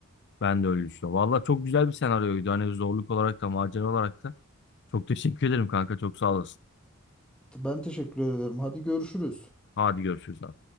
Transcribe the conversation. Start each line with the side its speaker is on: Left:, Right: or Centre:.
Left: Ben de öyle düşünüyorum. Valla çok güzel bir senaryoydu. Hani zorluk olarak da macera olarak da. Çok teşekkür ederim kanka. Çok sağ olasın.
Centre: Ben teşekkür ederim. Hadi görüşürüz.
Left: Hadi görüşürüz abi.